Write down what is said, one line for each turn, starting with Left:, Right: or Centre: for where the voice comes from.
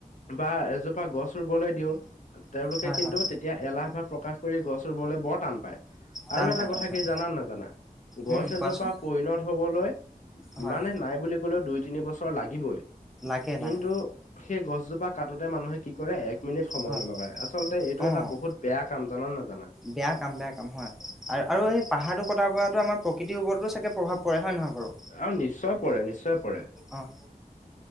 Left: বা এজোপা গছ গছ ৰুবলৈ দিওঁ। তেওঁলোকে
Centre: হয়,
Left: কিন্তু
Centre: হয়,
Left: তেতিয়া এলাহ ভাৱ প্ৰকাশ কৰি গছ ৰুবলৈ বৰ টান পায়।
Centre: টান
Left: আৰু এটা
Centre: পায়, টান
Left: কথা
Centre: পায়,
Left: কি জানা নাজানা? গছ
Centre: উম, কোৱাচোন
Left: এজোপা পৰিণত হ'বলৈ,
Centre: হয়,
Left: মানে নাই বুলি কলেও দুই তিনি বছৰ লাগিবই।
Centre: লাগে,
Left: কিন্তু
Centre: লাগে,
Left: সেই গছজোপা কাটোতে মানুহে কি কৰে এক মিনিট সময়
Centre: হয়,
Left: নলগাই, আচলতে এইটো
Centre: অ'।
Left: এটা বহুত বেয়া কাম জানা নে নাজানা।
Centre: বেয়া কাম, বেয়া কাম হয়, আৰু, আৰু
Left: হয়
Centre: এই পাহাৰটো কটাৰ পৰাতো আমাৰ প্ৰকৃতিৰ ওপৰতো চাগে প্ৰভাৱ পৰে হয় নহয় বাৰু?
Left: অ', নিশ্চয় পৰে, নিশ্চয় পৰে।
Centre: অ',